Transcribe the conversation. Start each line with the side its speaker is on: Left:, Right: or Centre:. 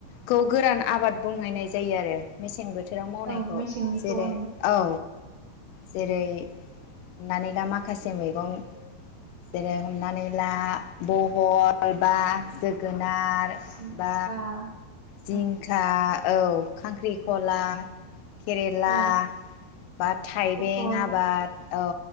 Left: खौ गोरान आबाद बुंनायनाय जायो आरो। मेसें बोथोराव मावनायखौ
Right: औ मेसेंनिखौ
Left: जेरै
Right: ओं
Left: औ। जेरै हमनानै ला माखासे मैगं जेरै हमनानै ला ब हल बा जोगो नार
Right: जिंखा
Left: बा। जिंखा
Right: ओं
Left: औ खांख्रिखला। केरेला
Right: औ
Left: बा थाइबें
Right: पथल
Left: आबाद। औ।